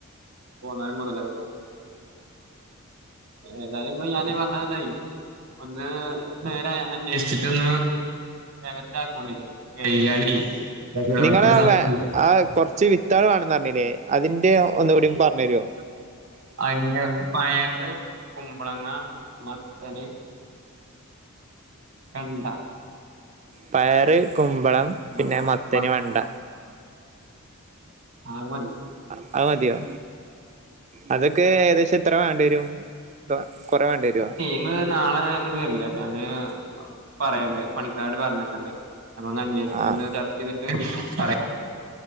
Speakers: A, on the right; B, on the right.
A: പോന്നാലും മൊതലാവുല ഏതായാലും ഞാന് പറഞ്ഞതന്നൊയ് ഒന്ന് നേരെ അന്വേഷിച്ചിട്ടൊന്ന് <unintelligible>
B: നിങ്ങള ആഹ് കൊറച്ച് വിത്താള് വാണെന്നറിഞ്ഞിനി അതിന്റെ ഒന്നുകൂടിം പറഞ്ഞെരൊ
A: അതിന്റെ പയറ് കുമ്പളങ്ങ മത്തന് വെണ്ട
B: പയറ് കുമ്പളം
A: കുമ്പളങ്ങ
B: പിന്നെ മത്തൻ
A: മ
B: വെണ്ട
A: അഹ് മതി
B: അഹ് മതിയോ അതൊക്കെ ഏകദേശം എത്ര വാണ്ടിരും എത കൊറെ വേണ്ടിയവരൊ
A: ഇങ്ങൾ നാളെ ങ്ങട്ട് വരിലെ അപ്പൊ ഞാന് പറയണ്ട് പണിക്കാരോട് പറഞ്ഞക്കണ്ട് അപ്പൊ ന്ന് അന്യഷിച്ച്
B: ആഹ്
A: ന്ന് ചർച്ചയിതിട്ട് പറയാം